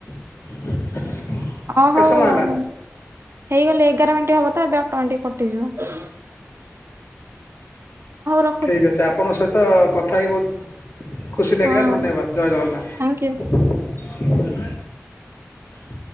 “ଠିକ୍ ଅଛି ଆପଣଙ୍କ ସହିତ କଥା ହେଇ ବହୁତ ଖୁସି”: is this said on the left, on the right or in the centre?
Left